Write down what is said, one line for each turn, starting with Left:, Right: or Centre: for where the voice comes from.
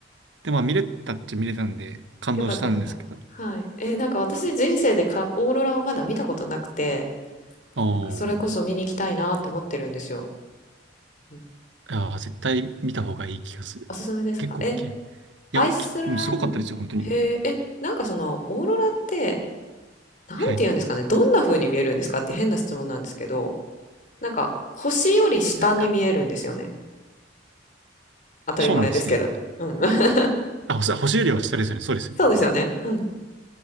Right: でもまあ見れたっちゃ見れたんで、感動したんですけど。
Left: よかったですかはい。えーなんか私人生でかオーロラをまだ見たことなくて、
Right: お
Left: なんかそれこそ見に行きたいなって思ってるんですよ。
Right: ー
Left: うん
Right: ああ、絶対見た方がいい気がする。
Left: おすすめですかえ、
Right: 結構大きい。いや、
Left: アイスランド、
Right: きうんすごかったですよ、本当に。
Left: へええ、なんかそのオーロラって、なんて言うんですかね、
Right: はい。
Left: どんな風に見えるんですかって変な質問なんですけど、なんか星より下に見えるんですよね。
Right: なんか、
Left: 当たり前ですけど。
Right: そうなんですね。
Left: うん。<laughs>
Right: あ、ほ星よりは下ですよね。そうですよね。
Left: そうですよね。うん。